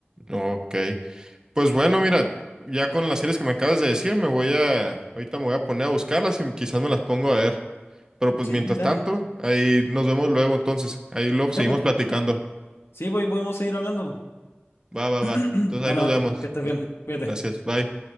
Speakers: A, on the right; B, on the left.
A: Ok. Pues bueno, mira, ya con las series que me acabas de decir, me voy a, ahorita me voy a poner a buscarlas y quizás me las pongo a ver. Pero pues
B: Sí,
A: mientras
B: dale.
A: tanto, ahí nos vemos luego entonces. Ahí lo
B: Ya,
A: seguimos
B: pues.
A: platicando.
B: Sí, pues y podemos seguir hablando. po.
A: Va, va,
B: <clears throat>
A: va. Entonces
B: Dale,
A: ahí nos
B: Marco,
A: vemos.
B: que estés
A: No,
B: bien. Cuídate.
A: gracias, bye.